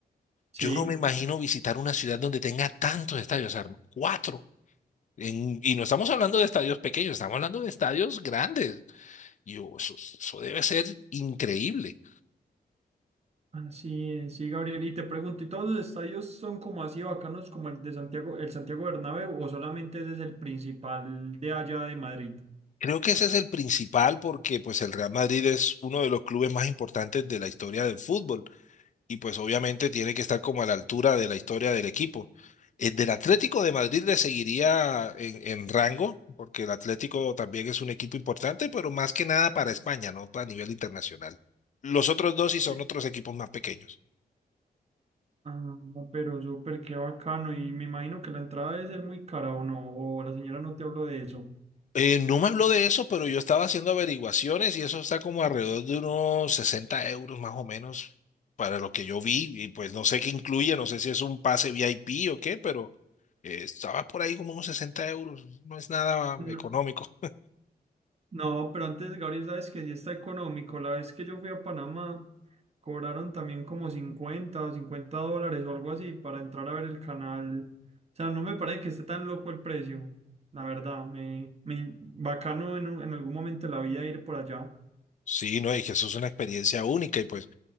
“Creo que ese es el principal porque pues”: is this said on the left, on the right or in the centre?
Left